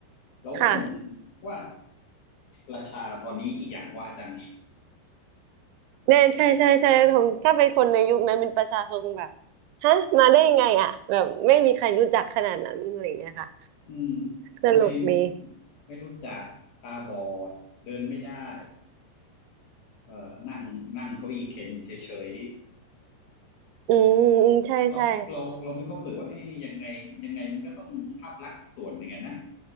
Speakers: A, on the left; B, on the right.
A: เราก็คง
B: ค่ะ
A: ว่าราชาตอนนี้อีหยังวะจัง
B: แน่ใช่ใช่ใช่ทงถ้าเป็นคนในยุคนั้นเป็นประชาชนคงแบบฮะมาได้ยังไงอ่ะแบบไม่มีใครรู้จักขนาดนั้นอะไรเงี้ยค่ะ
A: อืม
B: ตลกดี
A: ไม่ไม่รู้จักตาบอดเดินไม่ได้เอ่อนั่งนั่งเก้าอี้เข็นเฉย
B: อืมอืมใช่ใช่
A: ๆเราเราเราไม่เข้ารู้สึกว่าเอ้ยยังไงยังไงมันก็ต้องภาพลักษณ์ส่วนหนึ่งอะนะ